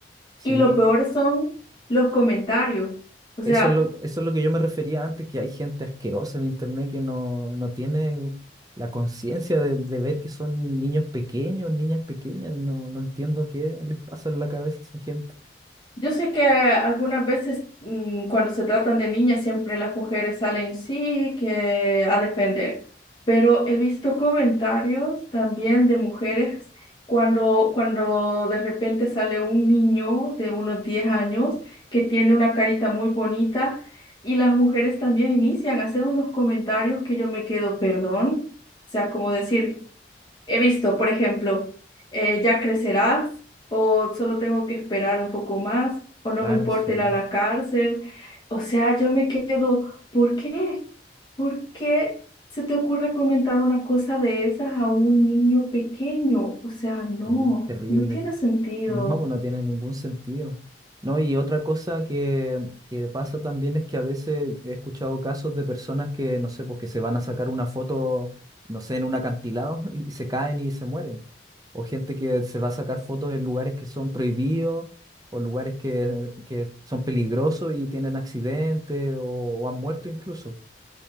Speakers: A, on the right (about 20°); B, on the left (about 25°).
A: Sí.
B: Y lo peor son los comentarios. O sea...
A: Eso es lo, eso es lo que yo me refería antes, que hay gente asquerosa en internet que no, no tiene la conciencia de, de ver que son niños pequeños, niñas pequeñas. No, no entiendo qué les pasa en la cabeza a esa gente.
B: Yo sé que algunas veces mm, cuando se tratan de niñas siempre las mujeres salen sí que a defender, pero he visto comentarios también de mujeres cuando, cuando de repente sale un niño de unos 10 años que tiene una carita muy bonita y las mujeres también inician a hacer unos comentarios que yo me quedo, perdón, o sea, como decir... He visto, por ejemplo, eh, ya crecerás o solo tengo que esperar un poco más o no
A: Claro,
B: me importa
A: sí, weón,
B: ir a la cárcel. O sea, yo me quedo, ¿por qué? ¿Por qué se te ocurre comentar una cosa de esas a un niño pequeño? O sea, no,
A: sí, terrible.
B: no tiene sentido.
A: No, pues no tiene ningún sentido. No, y otra cosa que, que pasa también es que a veces he escuchado casos de personas que, no sé, pues que se van a sacar una foto, no sé, en un acantilado <laughs> y se caen y se mueren. O gente que se va a sacar fotos en lugares que son prohibidos o lugares que, que son peligrosos y tienen accidentes o, o han muerto incluso.